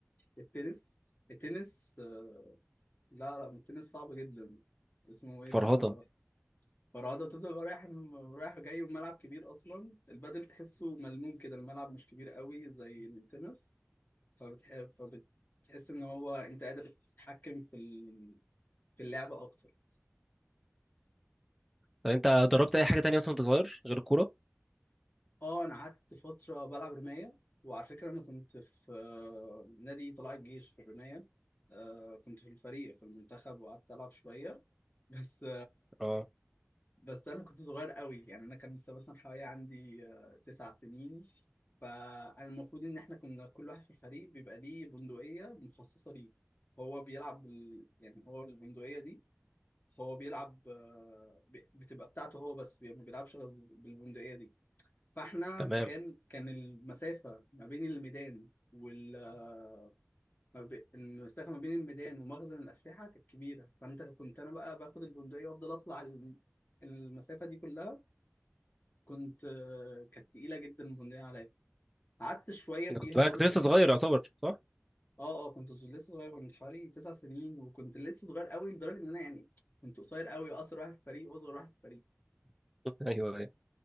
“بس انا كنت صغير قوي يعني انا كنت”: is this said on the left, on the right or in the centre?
Left